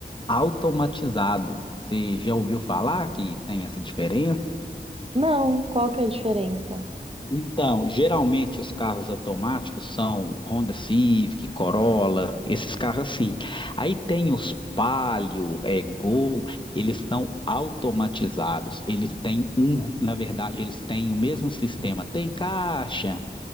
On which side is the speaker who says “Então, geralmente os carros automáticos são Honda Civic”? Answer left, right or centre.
Left